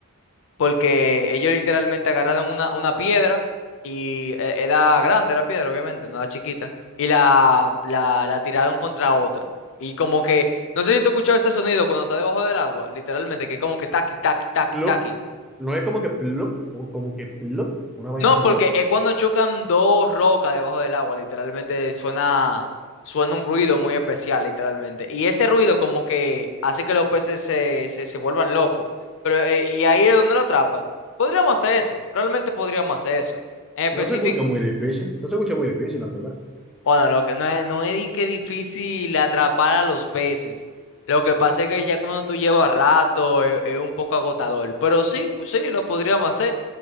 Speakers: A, on the left; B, in the centre.
A: porque ellos literalmente agarraron una, una piedra y e- era grande la piedra, obviamente, no era chiquita, y la, la, la tiraron contra otra. Y como que, no sé si tú escuchabas ese sonido cuando está debajo del agua, literalmente, que como que taqui, taqui, taqui,
B: Plop.
A: taqui.
B: No es como que plop, o como que plop, una vaina
A: No,
B: así,
A: porque
B: ¿no?
A: es cuando chocan dos rocas debajo del agua, literalmente suena, suena un ruido muy especial, literalmente. Y ese ruido como que hace que los peces se, se, se vuelvan locos. Pero, eh, y ahí es donde lo atrapan. Podríamos hacer eso, realmente podríamos hacer eso. En específico,
B: No se escucha muy difícil, no se escucha muy difícil, la verdad.
A: bueno, lo que no es, no es di que difícil atrapar a los peces. Lo que pasa es que ya cuando tú llevas rato, es, es un poco agotador. Pero sí, sí, lo podríamos hacer.